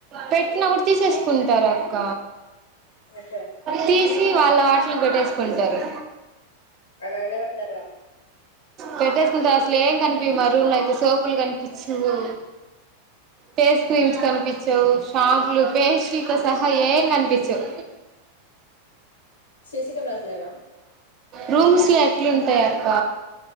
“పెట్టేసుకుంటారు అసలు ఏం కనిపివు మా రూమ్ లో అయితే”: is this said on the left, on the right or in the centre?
Right